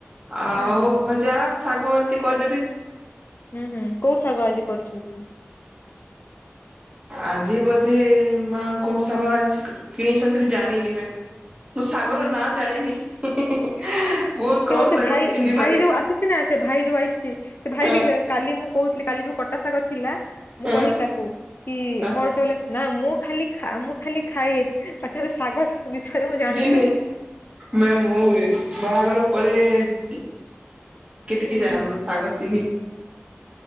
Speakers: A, on the right (about 25°); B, on the left (about 50°).
A: ଆଉ
B: ହଁ।
A: ଭଜା ଶାଗ ଏମିତି କରିଦେବି।
B: ହୁଁ ହୁଁ କୋଉ ଶାଗ ଆଜି କରୁଛନ୍ତି?
A: ଆଜି ବୋଧେ ମା କୋଉ ସାଗ ଆଣି କିଣିଛନ୍ତି ବି ଜାଣିନି। ମୁଁ ଶାଗର
B: ହୁଁ
A: ନାଁ ଜାଣିନି ବହୁତ କମ୍
B: ହୁଁ ସେ
A: ଶାଗକୁ
B: ଭାଇ
A: ଚିହ୍ନି
B: ଭାଇ
A: ପାରେ
B: ଯୋଉ ଆସିଛି ନା ସେ ଭାଇ ଯୋଉ ଆସିଛି ସେ ଭାଇ
A: ହଁ
B: ବି କାଲି ମୁଁ କହୁଥିଲି କାଲି ଯୋଉ କ ପଟଶାଗ ଥିଲା। ମୁଁ
A: ହଁ
B: କହିଲି ତାକୁ କି
A: ହଁ
B: କଣ ସବ ନା ମୁଁ ଖାଲି ମୁଁ ଖାଲି ଖାଏ ବା ମେ ଶାଗ ବିଷୟରେ ମୁ
A: ଚହ ମୁଁ ବାହାଘର ପରେ <inaudible> ଟିକେ
B: ହୁଁ
A: ଜାଣ
B: ହୁଁ
A: ଶାଗ ଚିହିଁ